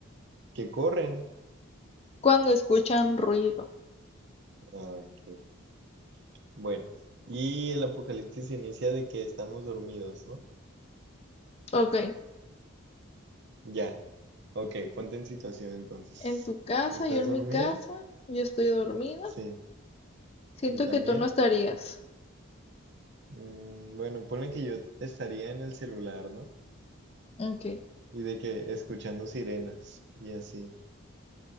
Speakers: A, on the right (about 50°); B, on the left (about 30°).
A: ¿Qué corren?
B: cuando escuchan ruido.
A: Ah, qué. Bueno, y el apocalipsis se inicia de que estamos dormidos, ¿no?
B: Ok,
A: Ya, ok, ponte en situación entonces.
B: en tu casa,
A: ¿Estás
B: yo en
A: dormida?
B: mi casa, yo estoy dormida.
A: Sí,
B: Siento
A: yo también.
B: que tú no estarías.
A: Mm, bueno, ponle que yo estaría en el celular, ¿no?
B: Ok,
A: Y de que escuchando sirenas y así,